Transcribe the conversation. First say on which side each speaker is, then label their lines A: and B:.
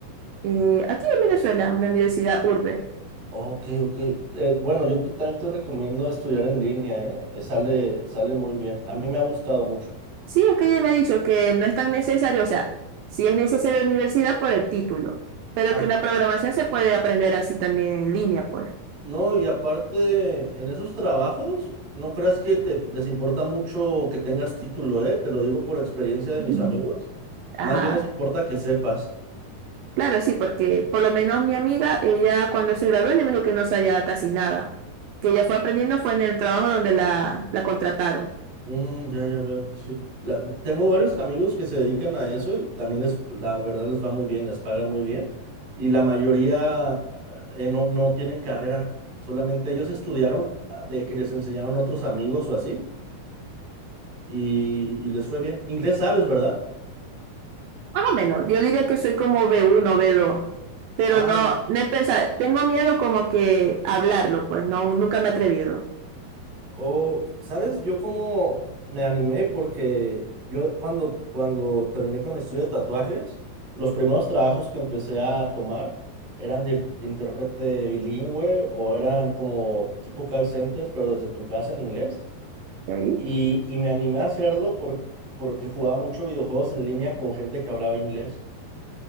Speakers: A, on the right; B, on the right.
A: Eh, aquí en Venezuela, una universidad urbe.
B: Ok, ok. Eh, bueno, yo te- también te recomiendo estudiar en línea, ¿eh? Eh, Sale, sale muy bien. A mí me ha gustado mucho.
A: Sí, es que ella me ha dicho que no es tan necesario, o sea, sí es necesario la universidad por el título, pero
B: Ah,
A: que la programación se puede aprender así también en línea, pues.
B: no, y aparte, en esos trabajos, no creas que te, les importa mucho que tengas título, ¿eh? Te lo digo por experiencia de
A: <laughs>
B: mis
A: Ujú.
B: amigos. Más
A: Ajá.
B: bien les importa que sepas.
A: Claro, sí, porque por lo menos mi amiga, ella cuando se graduó, ella me dijo que no sabía casi nada. Que ella fue aprendiendo fue en el trabajo donde la, la contrataron.
B: Mm, ya, ya veo, sí. La- tengo varios amigos que se dedican a eso y también les, la verdad les va muy bien, les pagan muy bien. Y la mayoría eh, no, no tienen carrera, solamente ellos estudiaron ah, de que les enseñaron otros amigos o así y, y les fue bien. Inglés sabes, ¿verdad?
A: Más o menos, yo diría que soy como b uno, b dos, pero
B: Ah,
A: no,
B: no.
A: no he pensado, tengo miedo como que hablarlo, pues no, nunca me he atrevido.
B: Oh, ¿sabes? Yo como me animé porque yo cuando, cuando terminé con mi estudio de tatuajes, los primeros trabajos que empecé a tomar eran de ir- intérprete bilingüe o eran como tipo call centers, pero desde tu casa en inglés.
A: Ok.
B: Y, y me animé a hacerlo por- porque jugaba mucho videojuegos en línea con gente que hablaba inglés.